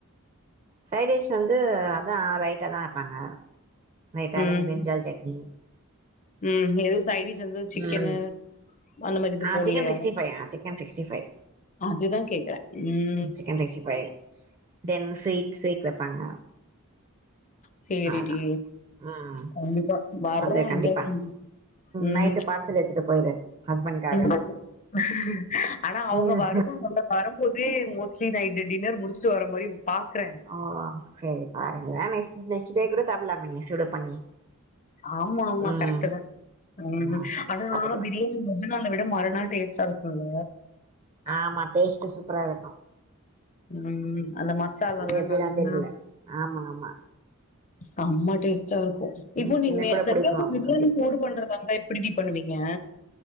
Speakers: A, on the right; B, on the left.
A: சைடிஷ் வந்து அதா ரைட்டா தா வெப்பாங்க ரைட்டா
B: ம்
A: தென் பிரிஞ்சால் சட்னி
B: ம் எதுவு சைடிஷ் எதுவு சிக்கனு
A: ம்
B: அந்த மாரி எது
A: ஆ
B: போல்லையா
A: சிக்கன் சிக்ஸ்டி ஃபைவ் ஆ சிக்கன் சிக்ஸ்டி ஃபைவ்
B: அதுதா கேக்குற ம்
A: சிக்கன் ரைஸு போயே தென் ஸ்வீட்ஸ் ஸ்வீட் வெப்பாங்க
B: சேரி
A: அவ்ளதா
B: டி
A: ம்
B: கண்டிப்பா வர்றோ
A: வந்துரு கண்டிப்பா
B: என்ஜாய் பண்றோ ம்
A: நைட்டு பார்சல் எடுத்துட்டு போயிரு ஹஸ்பண்ட்காக
B: <inaudible> ஆனா அவுங்க
A: ம்
B: வருவாங்கல்ல வரம்போதே மோஸ்ட்லி நைட்டு டின்னர் முடுச்சுட்டு வர மாரி பாக்ற
A: ஆ சேரி பாருங்க நெக்ஸ் நெக்ஸ்ட்டே கூட சாப்புல்லாமா நீ சூடு பண்ணி
B: ஆமா ஆமா
A: ம்
B: கரெக்ட்டு தா ம்
A: ஆ
B: ஆனா
A: பாத்துக்கலா
B: பிரியாணில முன்னாள்ள விட மறுநாள் டேஸ்ட்டா இருக்குல்ல
A: ஆமா டேஸ்ட்டு சூப்பரா இருக்கு
B: ம் அந்த மசாலால்லா
A: அது எப்டிதா
B: நல்லா
A: தெரியல ஆமா ஆமா
B: செம்ம டேஸ்ட்டா இருக்கு இப்போ
A: ம்
B: நீ
A: எனக்கு
B: மே
A: கூட
B: செகண்டு
A: புடிக்கு
B: பிரியாணி
A: அப்டி
B: சூடு பண்றதா இருந்தா எப் எப்டி டி பண்ணுவீங்க